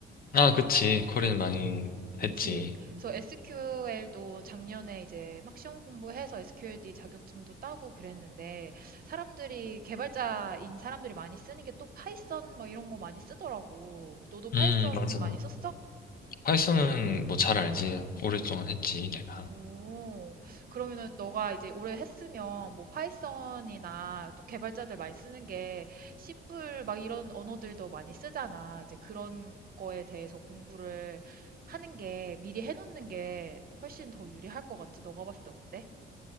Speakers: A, on the left (about 45°); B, on the right (about 50°).
A: 아, 그치. 코린 많이
B: 그치.
A: 했지.
B: 그래서 SQL도 작년에 이제 막 시험 공부해서 SQLD 자격증도 따고 그랬는데 사람들이 개발자인 사람들이 많이 쓰는 게 또 파이썬 막 이런 거 많이 쓰더라고. 너도 파이썬
A: 음, 맞아.
B: 많이 썼어?
A: 파이썬은 뭐 잘 알지. 오랫동안 했지, 내가.
B: 오, 그러면은 너가 이제 올해 했으면 뭐 파이썬이나 또 개발자들 많이 쓰는 게 C++ 막 이런 언어들도 많이 쓰잖아. 이제 그런 거에 대해서 공부를 하는 게 미리 해놓는 게 훨씬 더 유리할 것 같지. 너가 봤을 때 어때?